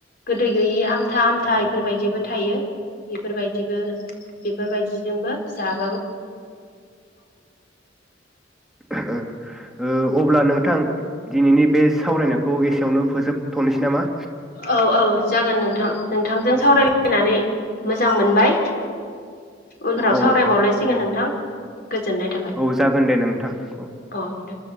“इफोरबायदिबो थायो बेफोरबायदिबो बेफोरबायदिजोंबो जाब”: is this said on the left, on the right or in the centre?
Left